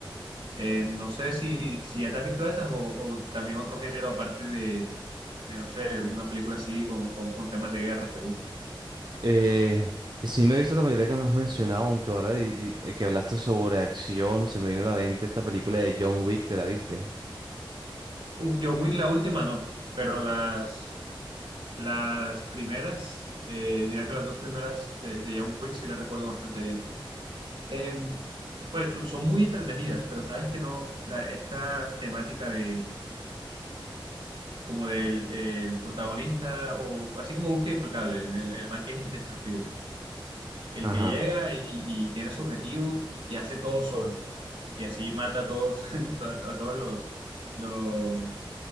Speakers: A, on the right; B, on the right.
A: Eh, no sé si, si ya te has visto esas o, o también otro género aparte de, de, no sé, alguna película así con, con, con temas de guerra, ¿te gusta?
B: Eh, que sí me he visto la mayoría que me has mencionado, aunque ahora di- di- eh, que hablaste sobre acción, se me vino a la mente esta película de John Wick, ¿te la viste?
A: Uf, John Wick, la última no, pero las, las primeras, eh, diría que las dos primeras de, de John Wick sí las recuerdo bastante bien. Eh, pues su- son muy entretenidas, pero sabes que no, la, esta temática de como del el protagonista, o así como Búsqueda Implacable, el, el, el man que es indestructible, el
B: Ajá.
A: que llega y, y tiene su objetivo y hace todo solo, y así mata a todos, <laughs> a, a todos los, los,